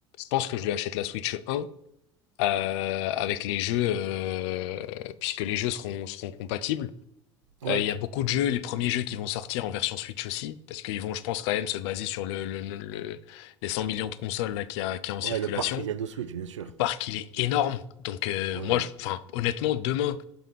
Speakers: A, on the left; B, on the right.
A: pense que je lui achète la Switch 1, euh, avec les jeux, euh, puisque les jeux seront, seront compatibles.
B: ouais,
A: Euh, Il y a beaucoup de jeux, les premiers jeux qui vont sortir en version Switch aussi, parce qu'ils vont, je pense, quand même se baser sur le, le- le- le- les 100 millions de consoles là qu'il y a, qu'il y a en circulation.
B: ouais, le parc Nintendo Switch, bien sûr.
A: Le parc, il est énorme. Donc euh,
B: Ouais,
A: moi,
B: ouais.
A: je, enfin, honnêtement, demain,